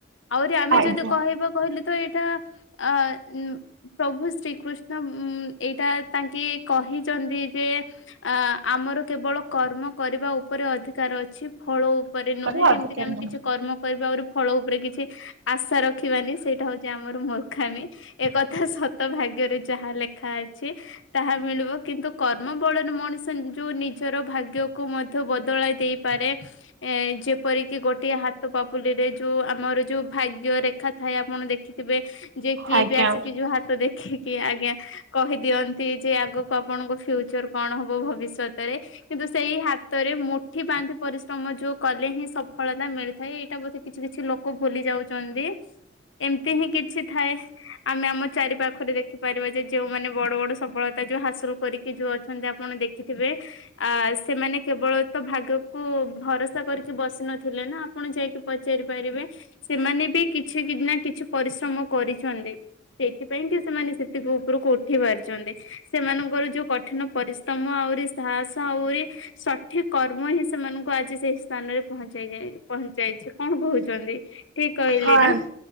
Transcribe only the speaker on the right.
ଆଜ୍ଞା
ଅଧିକାର
ନାହିଁ।
ଆଜ୍ଞା।
ହଁ